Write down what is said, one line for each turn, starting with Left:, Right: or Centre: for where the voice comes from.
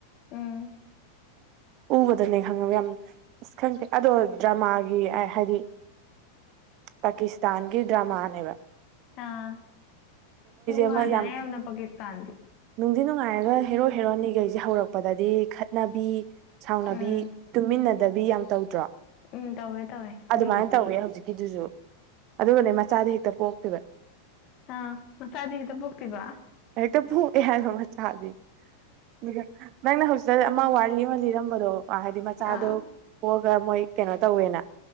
Left: ꯎꯝ
Right: ꯎꯕꯗꯅꯦ ꯈꯪꯉꯕ ꯌꯥꯝ ꯑꯁ ꯈꯪꯗꯦ ꯑꯗꯣ ꯗꯔꯃꯥꯒꯤ ꯍꯥꯏꯗꯤ ꯄꯥꯀꯤꯁꯇꯥꯟꯒꯤ ꯗ꯭ꯔꯥꯃꯥꯅꯦꯕ
Left: ꯑꯥ ꯅꯨꯡꯉꯥꯏꯕꯅꯦ
Right: ꯑꯃ ꯌꯥꯝ
Left: ꯌꯥꯝꯅ ꯄꯥꯀꯤꯁꯇꯥꯟꯗꯤ
Right: ꯅꯨꯡꯗꯤ ꯅꯨꯡꯉꯥꯏꯔꯒ ꯍꯦꯔꯣ ꯍꯦꯔꯣꯅꯤꯈꯩꯁꯦ ꯍꯧꯔꯛ ꯄꯗꯗꯤ ꯈꯠꯅꯕꯤ ꯁꯥꯎꯅꯕꯤ
Left: ꯎꯝ
Right: ꯇꯨꯃꯤꯟꯅꯗꯕꯤ ꯌꯥꯝ ꯇꯧꯗ꯭ꯔꯣ
Left: ꯎꯝ ꯇꯧꯋꯦ ꯇꯧꯋꯦ ꯃꯣꯏꯒꯤꯗꯤ
Right: ꯑꯗꯨꯃꯥꯏꯅ ꯇꯧꯋꯦ ꯍꯧꯖꯤꯛꯀꯤꯗꯨꯁꯨ ꯑꯗꯨꯒꯅꯦ ꯃꯆꯥꯗꯤ ꯍꯦꯛꯇ ꯄꯣꯛꯇꯦꯕ
Left: ꯑꯥ ꯃꯆꯥꯥꯗꯤ ꯍꯦꯛꯇ ꯄꯣꯛꯇꯦꯕ
Right: ꯍꯦꯛꯇ ꯄꯣꯛꯑꯦ ꯍꯥꯏꯕ ꯃꯆꯥꯥꯗꯤ ꯑꯗꯨꯒ ꯅꯪꯅ ꯍꯧꯖꯤꯛ ꯑꯃ ꯋꯥꯔꯤ ꯑꯃ ꯂꯤꯔꯝꯕꯗꯣ ꯍꯥꯏꯗꯤ ꯃꯆꯥꯗꯣ
Left: ꯑꯥ
Right: ꯄꯣꯛꯑꯒ ꯃꯣꯏ ꯀꯩꯅꯣ ꯇꯧꯋꯦꯅ